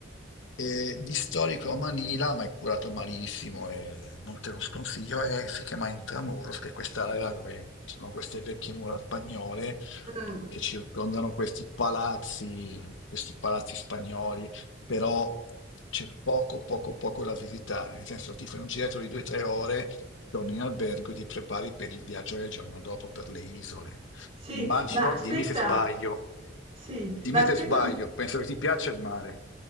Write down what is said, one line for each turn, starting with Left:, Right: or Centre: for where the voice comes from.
Left: E di storico Manila, ma è curato malissimo e non te lo sconsiglio, e si chiama Intramuros, che è quest'area dove ci sono queste vecchie mura spagnole
Right: mm,
Left: che circondano questi palazzi questi palazzi spagnoli, però c'è poco, poco, poco da visitare, nel senso ti fai un giretto di due o tre ore, torni in albergo e ti prepari per il viaggio del giorno dopo per le isole.
Right: sì,
Left: Immagino,
Right: ma aspetta,
Left: dimmi se sbaglio,
Right: sì,
Left: dimmi
Right: ma aspetta,
Left: se sbaglio,
Right: un-
Left: penso che ti piaccia il mare.